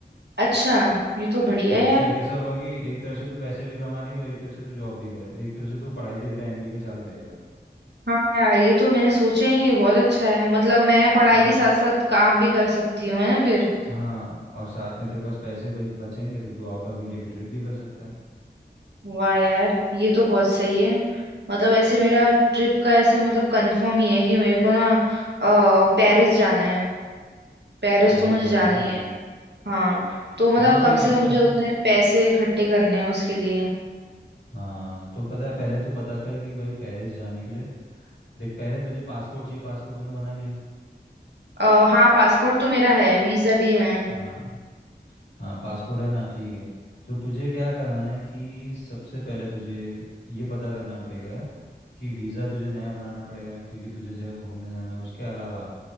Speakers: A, on the right; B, on the left.
A: अच्छा ये तो बढ़िया
B: तो
A: है
B: उससे
A: यार
B: कैसा होगा कि एक तरह से तू पैसे भी कमा रही हो एक तरह से तू जॉब भी कर एक तरह से तू पढ़ाई भी तेरा एमबीए का चालू रहेगा
A: हाँ यार ये तो मैंने सोचा ही नहीं ये बहुत अच्छा है मतलब मैं पढ़ाई
B: हाँ
A: के साथ साथ काम भी कर सकती हूँ है ना फिर
B: हाँ और साथ में तेरे पास पैसे बच- बचेंगे तो तू आउट ऑफ इंडिया की ट्रिप भी कर सकता है
A: वाह यार ये तो बहुत सही है मतलब ऐसे मेरा ट्रिप का ऐसे मतलब कंफर्म ही है कि मेरे को ना अ, पेरिस जाना है पेरिस
B: पेरिस
A: तो मुझे
B: जाना
A: जाना
B: है
A: ही
B: तुझे
A: है हाँ तो मतलब
B: हाँ तो सही
A: कम
B: है
A: से
B: अच्छा
A: कम मुझे
B: है ना
A: उतने पैसे इकट्ठे करने हैं उसके लिए
B: हाँ तो पता है पहले तू पता कर कि भाई पेरिस जाने के लिए देख पहले तुझे पासपोर्ट चाहिए पासपोर्ट तूने बना लिया
A: आ, हाँ पासपोर्ट तो मेरा है वीजा भी है
B: हाँ हाँ पासपोर्ट है ना ठीक है तो तुझे क्या करना है कि सबसे पहले तुझे ये पता करना पड़ेगा कि वीज़ा तुझे नया बनाना पड़ेगा क्योंकि तुझे जगह घूमने जाना है उसके अलावा